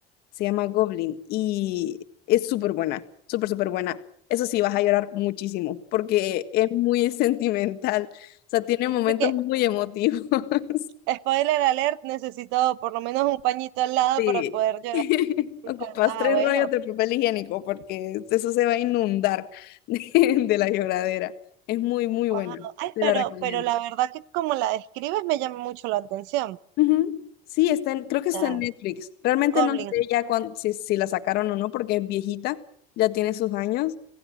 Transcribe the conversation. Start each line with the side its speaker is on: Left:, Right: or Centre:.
Left: se llama Goblin y es súper buena, súper, súper buena. Eso sí, vas a llorar muchísimo porque es muy <laughs> sentimental, o sea, tiene momentos
Right: Y que,
Left: muy emotivos. <laughs>
Right: spoiler alert, necesito por lo menos un pañito al lado
Left: Sí.
Right: para poder llorar.
Left: <laughs> Ocupas
Right: Ah,
Left: tres
Right: bueno,
Left: rollos de papel higiénico porque eso se va a inundar <laughs> de, de la lloradera. Es muy, muy
Right: Wow.
Left: buena.
Right: Ay,
Left: Te
Right: pero,
Left: la recomiendo.
Right: pero la verdad que como la describes me llama mucho la atención.
Left: Ujú. Sí, está en- creo que está
Right: O
Left: en Netflix. Realmente
Right: Goblin.
Left: no sé ya cuán- si, si la sacaron o no porque es viejita, ya tiene sus años,